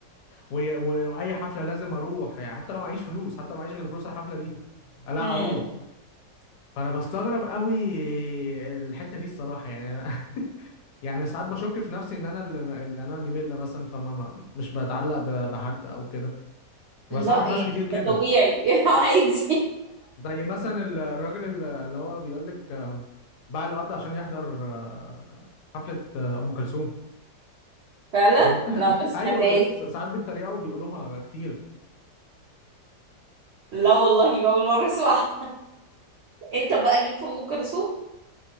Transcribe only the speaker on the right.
مم.
لا
يعني
ده طبيعي <laughs> عادي
فعلا
لا ما سمعتهاش
لا والله اول مره اسمعها <laughs> انت بقى ليك في ام كلثوم